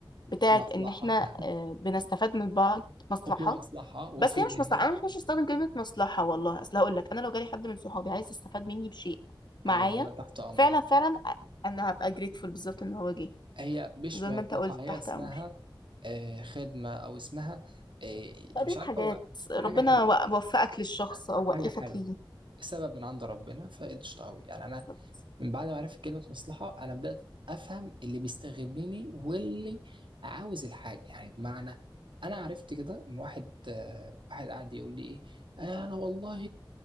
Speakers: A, on the left; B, on the right.
A: بتاعت
B: مصلحه
A: ان احنا
B: <laughs>
A: آه، بنستفاد من بعض مصلحه
B: وفي مصلحه وفي
A: بس هي
B: اللي
A: مش مصلحه
B: هي
A: انا مش هستخدم كلمه مصلحه والله اصل هقول لك انا لو جالي حد من صحابي عايز يستفاد مني بشيء معايا
B: عادي انا تحت امرك
A: فعلا فعلا أ- انا هبقى جريتفول بالظبط ان هو جه
B: هي مش
A: زي
B: مصلحة
A: ما انت قلت
B: هي
A: تحت
B: اسمها
A: امر
B: آه، خدمة أو اسمها آه،
A: فقضية
B: مش عارف
A: حاجات
B: هو
A: ربنا
B: حاجة حلوة
A: و- وفقك للشخص
B: حاجة
A: او وقفك
B: حلوة
A: ليه
B: السبب من عند ربنا فقشطة أوي يعني أنا
A: بالظبط.
B: من بعد ما عرفت كلمة مصلحة أنا بدأت أفهم اللي بيستغلني واللي عاوز الحاجة يعني بمعنى أنا عرفت كده من واحد آه، واحد قاعد يقول لي إيه آه، أنا والله